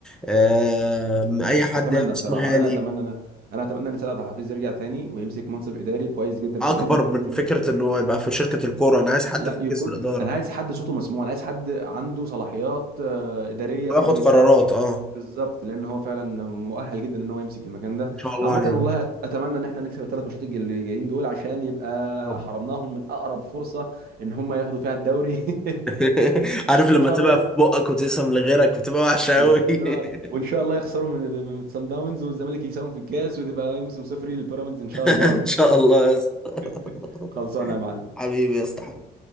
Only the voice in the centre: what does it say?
آه، أي حد
يعني
اسم غالي
اكبر
من
فكره
انه يبقى في شركه الكوره انا عايز حد
في
مجلس الاداره
وياخد
قرارات اه
ما شاء الله
عليهم
طب.
<laughs> عارف لما
تبقى
في بقك وتسم لغيرك بتبقى وحشه
قوي
<laughs>
ان شاء الله يا اسطى <laughs>
حبيبي يا اسطى حبيبي